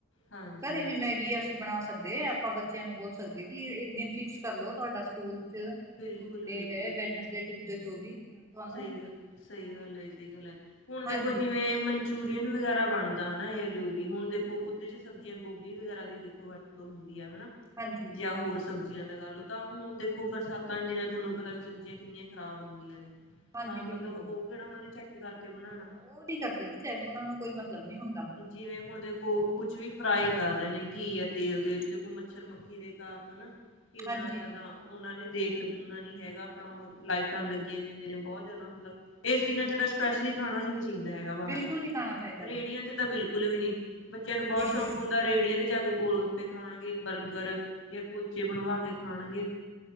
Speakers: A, on the left (about 75°); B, on the right (about 15°).
A: ਹਾਂਜੀ
B: ਘਰੇ
A: ਹਾਂਜੀ
B: ਵੀ ਮੈਗੀ ਆ। ਬਣਾ ਸਕਦੇ ਆ, ਆਪਾਂ ਬੱਚਿਆਂ ਨੂੰ ਬੋਲ ਸਕਦੇ ਕਿ ਇੱਕ ਦਿਨ ਫਿਕਸ ਕਰਲੋ, ਤੁਹਾਡਾ ਸਕੂਲ ਚ
A: ਬਿਲਕੁਲ
B: ਜੋ ਵੀ ਡੇ
A: ਬਿਲਕੁਲ
B: ਹੈ ਵੈਡਨਸ ਡੇ, ਟਿਊਸਡੇ, ਜੋ ਵੀ। ਤੁਹਾਨੂੰ
A: ਸਹੀ ਗੱਲ, ਸਹੀ ਗੱਲ,, ਸਹੀ ਗੱਲ ਹੈ। ਹੁਣ ਦੇਖੋ,
B: ਹਾਂਜੀ
A: ਜਿਵੇਂ ਮਚੂਰੀਅਨ ਵਗੈਰਾ ਬਣਦਾ ਹਨਾ। ਇਹ ਜੋ ਵੀ ਹੁਣ ਦੇਖੋ, ਉਹਦੇ' 'ਚ ਸਬਜ਼ੀਆਂ ਗੋਭੀ ਵਗੈਰਾ ਦੀ ਦੇਖੋ। ਹੁੰਦੀ ਆ, ਹਨਾ।
B: ਹਾਂਜੀ।
A: ਜਾਂ ਹੋਰ ਸਬਜ਼ੀਆਂ ਲਗਾ ਲੋ। ਤਾਂ ਹੁਣ ਦੇਖੋ, ਬਰਸਾਤਾਂ ਦੇ ਦਿਨਾਂ 'ਚ ਤੁਹਾਨੂੰ ਪਤਾ ਵੀ ਸਬਜ਼ੀਆਂ ਕਿੰਨੀਆਂ ਖਰਾਬ ਆਉਦੀਆਂ ਨੇ।
B: ਹਾਂਜੀ
A: ਤਾਂ ਮਤਲਬ
B: ਬਿਲਕੁਲ
A: ਉਹ ਕਿਹੜਾ, ਉਹਨਾਂ ਨੇ ਚੈੱਕ ਕਰਕੇ ਬਣਾਉਣਾ।
B: ਉਹ ਨੀ ਕਰਦੇ ਕਿਸੇ ਨੂੰ, ਉਹਨਾਂ ਨੂੰ ਕੋਈ ਮਤਲਬ ਨੀ ਹੁੰਦਾ।
A: ਜਿਵੇਂ ਹੁਣ ਦੇਖੋ, ਕੁਛ ਵੀ ਫਰਾਈ ਕਰ ਰਹੇ ਨੇ। ਕੀ ਹੈ ਤੇਲ ਦੇ ਵਿਚ, ਦੇਖੋ ਮੱਛਰ ਮੱਖੀ ਦੇ ਕਾਰਨ ਹਨਾ ਕਿੰਨਾ
B: ਹਾਂਜੀ
A: ਜ਼ਾਦਾ ਉਹਨਾਂ ਨੇ ਦੇਖਨਾ ਨੀ ਹੈਗਾ ਆਪਣਾ ਲਾਈਟਾਂ ਲੱਗੀਆਂ ਹੋਈਆਂ ਹੁੰਦੀਆਂ ਨੇ ਬਹੁਤ ਜਿਆਦਾ, ਮਤਲਬ ਇਸ ਦਿਨਾਂ ਚ ਤਾਂ ਸਪੈਸ਼ਲੀ ਖਾਣਾ ਹੀ ਨਹੀ ਚਹੀਦਾ ਹੈਗਾ ਬਾਹਰ
B: ਬਿਲਕੁਲ
A: ਦਾ,
B: ਨਹੀਂ ਖਾਣਾ ਚਾਹੀਦਾ
A: ਰੇਹੜੀਆਂ
B: ਜੀ
A: ਦੇ ਤਾਂ ਬਿਲਕੁਲ ਵੀ ਨੀ, ਬੱਚਿਆਂ ਨੂੰ ਬਹੁਤ
B: ਬਿਲਕੁਲ
A: ਸ਼ੌਂਕ ਹੁੰਦਾ ਰੇੜੀਆਂ ਤੇ ਜਾ ਕੇ ਗੋਲ ਗੱਪ ਗੱਪੇ ਖਾਣਗੇ, ਬਰਗਰ ਜਾਂ ਕੁਲਚੇ ਬਣਵਾ ਕੇ ਖਾਣਗੇ।